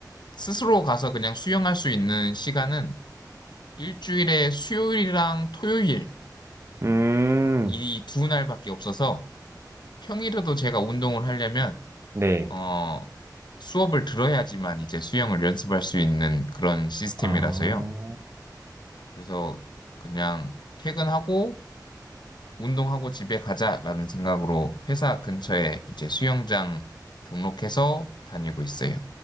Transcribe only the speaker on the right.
음,
네.
아,